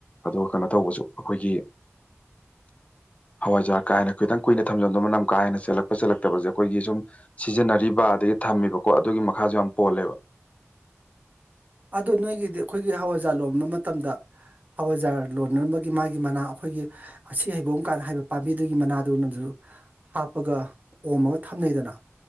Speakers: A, on the left; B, on the right.
A: ꯑꯗꯨꯒ ꯀꯩꯅꯣ ꯇꯧꯕꯁꯨ ꯑꯈꯣꯏꯒꯤ ꯍꯋꯥꯏꯖꯥꯔ ꯀꯥ ꯍꯦꯟꯅ ꯈꯤꯇꯪ ꯀꯨꯏꯅ ꯊꯝꯖꯟꯗꯣ ꯃꯅꯝ ꯀꯥꯍꯦꯟꯅ ꯆꯦꯜꯂꯛꯄ ꯆꯦꯜꯂꯛꯇꯕꯁꯦ ꯑꯩꯈꯣꯏꯒꯤ ꯁꯨꯝ ꯁꯤꯖꯤꯟꯅꯔꯤꯕ ꯑꯗꯒꯤ ꯊꯝꯃꯤꯕꯀꯣ ꯑꯗꯨꯒꯤ ꯃꯈꯥꯁꯨ ꯌꯥꯝ ꯄꯣꯜꯂꯦꯕ
B: ꯑꯗꯨ ꯅꯣꯏꯒꯤꯗꯤ ꯑꯩꯈꯣꯏꯒꯤ ꯍꯋꯥꯏꯖꯥ ꯂꯣꯟꯕ ꯃꯇꯝꯗ ꯍꯋꯥꯖꯥꯔ ꯂꯣꯟꯅꯕꯒꯤ ꯃꯥꯒꯤ ꯃꯅꯥ ꯑꯩꯈꯣꯏꯒꯤ ꯑꯁꯤ ꯍꯩꯕꯣꯡ ꯀꯥꯅ ꯍꯥꯏꯕ ꯄꯥꯝꯕꯤꯗꯨꯒꯤ ꯃꯅꯥꯗꯨꯅꯖꯨ ꯍꯥꯞꯄꯒ ꯑꯣꯝꯃꯒ ꯊꯝꯅꯩꯗꯅ